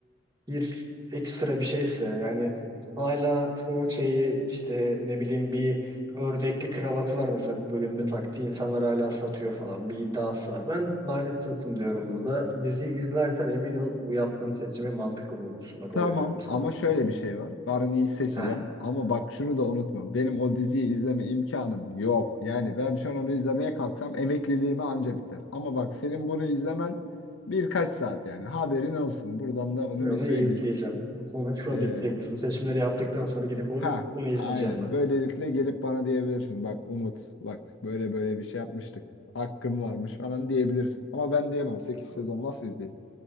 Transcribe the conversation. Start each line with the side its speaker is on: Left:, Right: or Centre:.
Right: bir ekstra bir şeyse yani hala çoğu şeyi işte ne bileyim bir ördekli kravatı var mesela bir bölümde taktı insanlar hala satıyor falan bir iddiası var. Ben Barney Stinson diyorum burada. Diziyi izlersen emin ol bu yaptığım seçimi mantıklı bulursun. Bak
Left: Tamam
Right: öyle diyorum sana.
Left: ama şöyle bir şey var. Barney'i seçeceğim.
Right: Heh.
Left: Ama bak şunu da unutma. Benim o diziyi izleme imkanım yok. Yani ben şu an onu izlemeye kalksam emekliliğime anca biter. Ama bak senin bunu izlemen birkaç saat yani. Haberin olsun. Buradan da onu
Right: Ben onu
Left: bir söyleyeyim.
Right: izleyeceğim. Bu konuşma
Left: Ee,
Right: bitti. Biz bu seçimleri yaptıktan sonra gidip onu
Left: ha
Right: onu izleyeceğim
Left: aynen.
Right: ben.
Left: Böylelikle gelip bana diyebilirsin. Bak Umut bak böyle böyle bir şey yapmıştık. Hakkın varmış falan diyebilirsin. Ama ben diyemem. 8
Right: Tamam.
Left: sezon nasıl izleyeyim?